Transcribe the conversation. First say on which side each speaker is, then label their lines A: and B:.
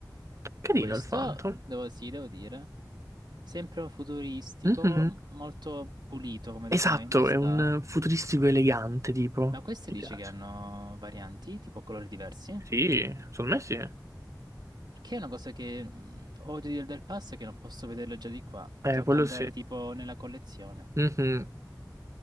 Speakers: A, on the right (about 45°); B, on the right (about 80°).
A: Carino
B: Questo
A: il Phantom.
B: devo, sì, devo dire. Sempre futuristico,
A: Mhm.
B: m- molto pulito come
A: Esatto,
B: design, ci sta.
A: è un futuristico elegante, tipo.
B: Ma queste
A: Mi
B: dici
A: piace.
B: che hanno varianti, tipo colori diversi?
A: Sì, secondo me sì.
B: Perché è una cosa che mm, odio del, del pass è che non posso vederlo già di qua. Mi
A: Eh,
B: tocca
A: quello
B: andare
A: sì.
B: tipo nella collezione.
A: Mhm.